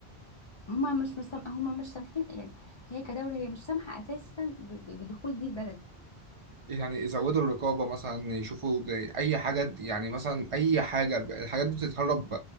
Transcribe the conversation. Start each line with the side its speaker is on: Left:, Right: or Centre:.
Left: هما مش مسام... هما مش سامحين يعني هي كدولة هي مش سامحة اساسا ب... ب- بدخول دي البلد
Right: يعني يزودوا الرقابة مثلا يشوفوا زي أي حاجة يعني مثلا أي حاجة ب- الحاجات دي بتتهرب